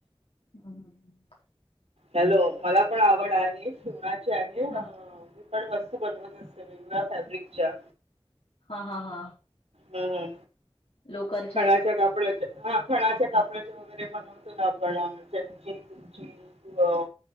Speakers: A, on the left; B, on the right.
A: हम्म हम्म हम्म
B: हॅलो मला पण आवड आहे शिवणाची आणि
A: हा
B: अ पण वस्तू बनवत असते वेगवेगळ्या फॅब्रिकच्या
A: हा हा हा
B: हम्म
A: लोकलच्या
B: खणाच्या कापड्याच्या हा खणाच्या कापड्याचे वगैरे बनवतो ना आपण त्यांची तुमची क